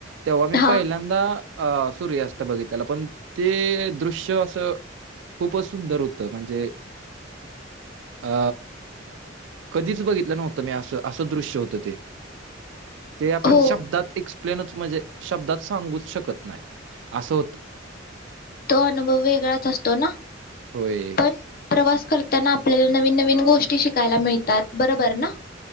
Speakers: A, on the right; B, on the left.
A: तेव्हा मी
B: हा
A: पहिल्यांदा अ सूर्यास्त बघितलेला पण ते दृश्य असं खूपच सुंदर होतं म्हणजे अ कधीच बघितलं नव्हतं मी असं असं दृश्य होतं. ते आपण
B: हो
A: शब्दात एक्सप्लेनच म्हणजे शब्दात सांगूच शकत नाही असं होत.
B: तो अनुभव वेगळाच असतो ना.
A: होय.
B: पण प्रवास करताना आपल्याला नवीन नवीन गोष्टी शिकायला मिळतात बरोबर ना.